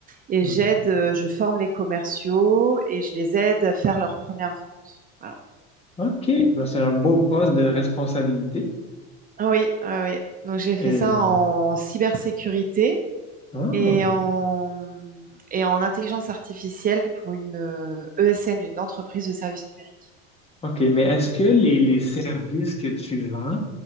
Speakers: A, on the right; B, on the left.
A: et
B: Hmm.
A: j'aide, euh, je forme les commerciaux et je les aide à faire leur première vente. Voilà.
B: OK. Ben, c'est un beau poste de responsabilité.
A: Oui, ouais, ouais. Donc j'ai fait
B: Et...
A: ça en cybersécurité
B: Ah.
A: et en, et en intelligence artificielle pour une euh, ESN, une entreprise de services numériques.
B: OK. Mais est-ce que les, les services que tu vends,